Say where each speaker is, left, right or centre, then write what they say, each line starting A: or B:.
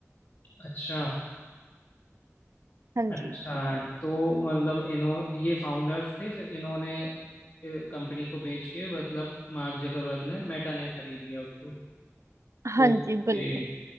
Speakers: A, on the left (about 50°); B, on the right (about 75°).
A: अच्छा
B: हाँ
A: अच्छा
B: जी
A: तो मतलब इन्हों ये फाउंडर्स थे फिर इन्होंने कंपनी को बेच के मतलब मार्क जकरबर्ग ने मेटा ने खरीद लिया उसको
B: हाँ
A: ओके
B: जी बिल्कुल